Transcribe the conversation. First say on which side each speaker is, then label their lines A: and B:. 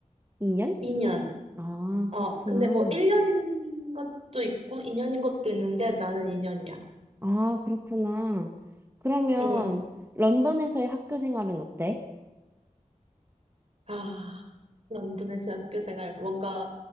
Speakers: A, on the right; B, on the right.
A: 2년?
B: 2년.
A: 아,
B: 어,
A: 그렇구나.
B: 근데 뭐 1년인 것도 있고, 2년인 것도 있는데, 나는 2년이야.
A: 아, 그렇구나. 그러면
B: 응.
A: 런던에서의 학교 생활은 어때?
B: 아, 런던에서 학교 생활. 뭔가